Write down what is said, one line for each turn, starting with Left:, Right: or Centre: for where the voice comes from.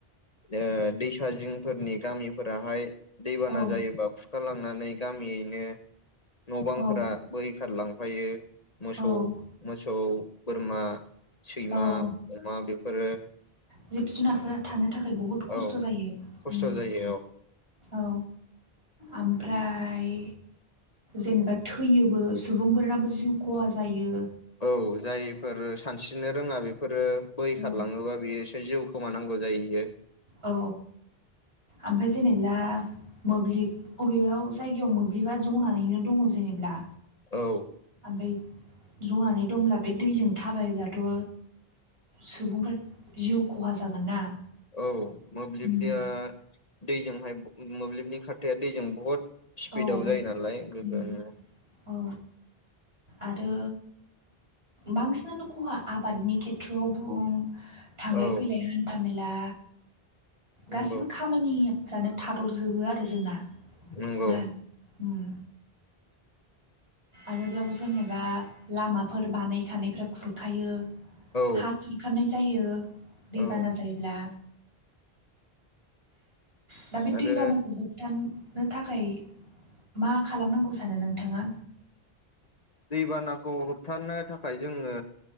Left: ओ दैसा जिंफोरनि गामिफोराहाय। दैबाना
Right: औ
Left: जायोबा खुरखाालांनानै गामियैनो न'बांफोरा
Right: औ
Left: बोहैखारलां फायो मोसौ
Right: औ
Left: मोसौ बोरमा सैमा
Right: औ
Left: अमा बे फोर
Right: जिब जुनारफोरा थानो थाखाय बहुद खस्थ'
Left: औ
Right: जायो
Left: खस्थ'
Right: ओम।
Left: जायो
Right: औ आमफ्राय जेनेबा थैयोबो सुबुंफोरनाबो जिउ खहा जायो।
Left: औ जायफोर सानस्रिनो रोङा बेफोरो बैखारलाङोबा
Right: औ
Left: बेयो एसे जिउ खोमानांगौ जाययो।
Right: औ ओमफ्राय जेनेला मोब्लिब अबेबा जायगायाव मोब्लिबा जनानैनो दङ जेनेबब्ला।
Left: औ
Right: ओमब्रिद जनानै दंब्ला बे दैजों थाबायब्लाथ' सुबुंफ्रा जिउ खहा जागोन ना।
Left: औ मोब्लिबनिया
Right: उम
Left: दैजोंहाय मोब्लिबनि खाारथाया दैजों बहुद स्पिडाव
Right: औ
Left: जायो नालाय गो
Right: उम
Left: ओयो।
Right: औ आरो बांसिनानो खहा आबादनि खेथ्रआव बुं थांलाय
Left: औ
Right: फैलाय हान्था मेला
Left: नंगौ
Right: गासिबो खामानिब फ्रानो थादजोबो आरो जोंना।
Left: नंगौ
Right: नाल उम आरो ब्लाउजो जेनेबा लामाफोर बानायखानायफ्रा खुरखायो।
Left: औ
Right: हा खुरखानाय जायो दैबाना
Left: औ
Right: जायोब्ला। दा बे
Left: आरो
Right: दैबानाखौ होबथान नो थाखाय मा खालामनांगौ सानो नोंथाङा?
Left: दैबानाखौ होबथानो थाखाय जोङो